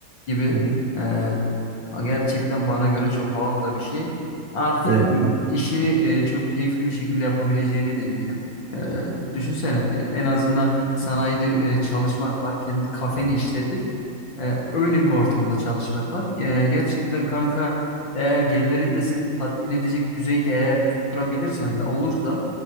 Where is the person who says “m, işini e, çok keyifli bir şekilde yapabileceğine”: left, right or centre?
Left